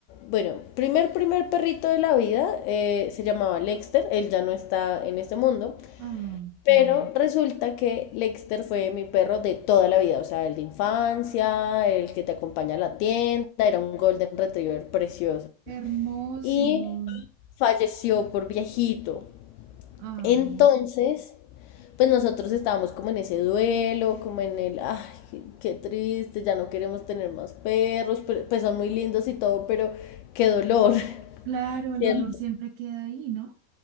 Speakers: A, on the left; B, on the right.
A: bueno, primer, primer perrito de la vida eh, se llamaba Lexter. Él ya no está en este mundo.
B: ay,
A: Pero
B: qué
A: resulta que Lexter fue mi perro de toda la vida, o sea, el de infancia, el que te acompaña a la tienda, era un golden retriever precioso.
B: hermoso.
A: Y falleció por viejito.
B: Ay,
A: Entonces, pues nosotros estábamos como en ese duelo, como en el, ay, qué qué triste, ya no queremos tener más perros, pero- pues son muy lindos y todo, pero qué dolor, <laughs>
B: claro, el
A: ¿cierto?
B: dolor siempre queda ahí, ¿no?